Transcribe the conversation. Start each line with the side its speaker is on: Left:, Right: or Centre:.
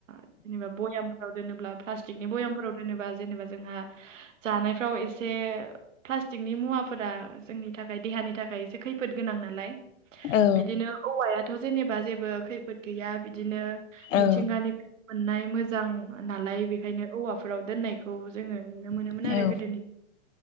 Right: जेनेबा भयामफोराव दोनोब्ला प्लास्टिकनि भयामफोराव दोनोबा जेनेबा जोंहा जानायफ्राव एसे प्लास्टिकनि मुवाफोरा जोंनि थाखाय देहानि थाखाय इसे खैफोद गोनां नालाय
Left: औ
Right: बिदिनो औवायाथ' जेनेबा जेबो खैफोद गैया बिदिनो
Left: औ
Right: मिथिंगानि फाय मोननाय मोजां नालाय बेखायनो औवाफोराव दोननायखौ जोङो नुनो मोनोमोन
Left: औ
Right: आरो गोदोनि